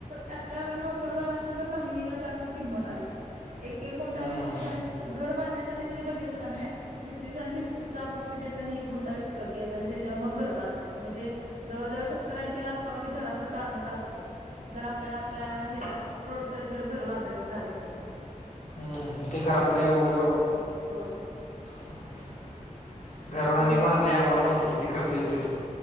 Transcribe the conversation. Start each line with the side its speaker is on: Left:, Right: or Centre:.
Right: आपल्याकडं नोकरदारांपेक्षा जमिनीला जास्त किंमत आल्या. एक एक गुंठा
Left: हम्म
Right: वीस वीस आणि तीस घर बांधण्यासाठी तरी बघितलासा नव्हे. वीस वीस आणि तीसतीस लाख रुपये द्यायचे आणि एक गुंटा विकत घ्यायचा आणि त्याच्या मग घर बांधायंचं म्हणजे जवळजवळ सत्तरऐंशी लाखावर ते घराचं गाणं जातयं. जर आपल्याला आपल्या हे जर रोडटच जर घर बांधायचं झालं तर.
Left: हम्म ते घराचं लई अवघड आहे बाबा.
Right: होय.
Left: हं घर
Right: मग
Left: आम्ही बांधलयं आम्हाला माहितीय किती खर्च येतोय तो.